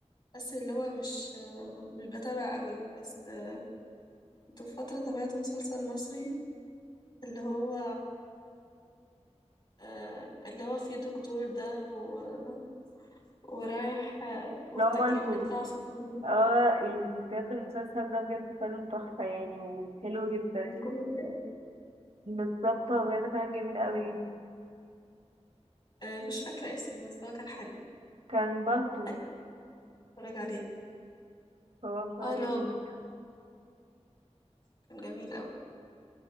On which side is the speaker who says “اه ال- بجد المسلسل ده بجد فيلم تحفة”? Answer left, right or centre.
Right